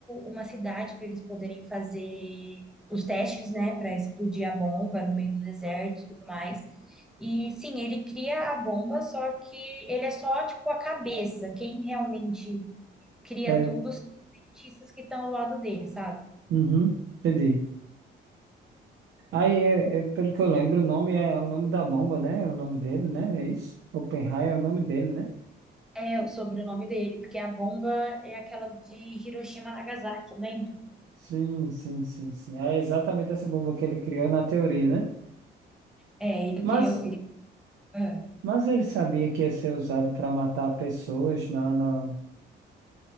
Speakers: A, in the centre; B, on the right.
A: uma cidade para eles poderem fazer os testes, né, para explodir a bomba no meio do deserto e tudo mais. E sim, ele cria a bomba, só que ele é só tipo a cabeça. Quem realmente cria
B: É,
A: tudo são os cientistas que estão ao lado dele, sabe?
B: uhum, entendi. Aí, é, é, pelo que eu lembro, o nome é o nome da bomba, né? É o nome dele, né? É isso? Oppenheimer é o nome dele, né?
A: É o sobrenome dele, porque a bomba é aquela de Hiroshima e Nagasaki, lembra?
B: Sim, sim, sim, sim. É exatamente essa bomba que ele criou na teoria, né?
A: É, ele
B: Mas,
A: criou. Ele... ah.
B: mas ele sabia que ia ser usado para matar pessoas na, na...